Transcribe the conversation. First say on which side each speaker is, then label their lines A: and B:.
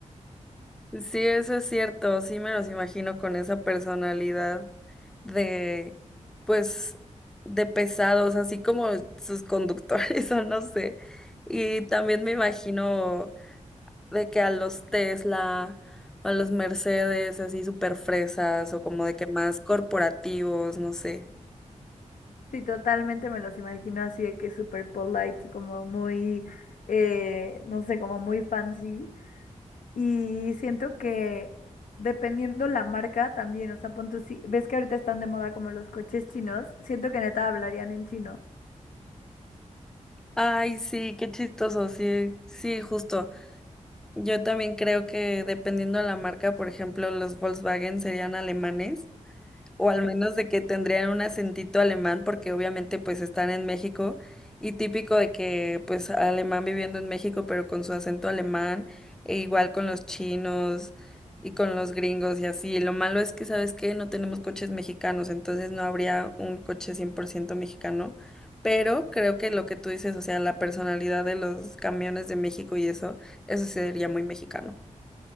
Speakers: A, in the centre; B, on the left.
A: Sí, eso es cierto, sí me los imagino con esa personalidad de, pues, de pesados, así como sus conductores, <laughs> o no sé. Y también me imagino de que a los Tesla, a los Mercedes, así súper fresas, o como de que más corporativos, no sé.
B: Sí, totalmente me los imagino así de que súper polite, como muy, eh, no sé, como muy fancy. Y siento que dependiendo la marca también, o sea, pon tú, si ves que ahorita están de moda como los coches chinos, siento que neta hablarían en chino.
A: Ay, sí, qué chistoso, sí, sí, justo. Yo también creo que dependiendo de la marca, por ejemplo, los Volkswagen serían alemanes. o al menos de que tendrían un acentito alemán porque obviamente pues están en México y típico de que pues alemán viviendo en México pero con su acento alemán e igual con los chinos y con los gringos y así. Lo malo es que, ¿sabes qué? No tenemos coches mexicanos, entonces no habría un coche 100% mexicano. Pero creo que lo que tú dices, o sea, la personalidad de los camiones de México y eso, eso sí sería muy mexicano.